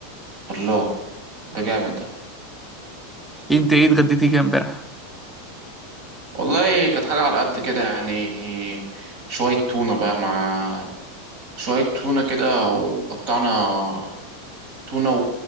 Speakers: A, on the right (about 60°); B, in the centre.
A: الله ده جامد ده
B: انت ايه اتغديتي كده امبارح؟
A: والله كانت حاجه على قد كده يعني شويه تونه بقى مع شويه تونه كده وقطعنا تونه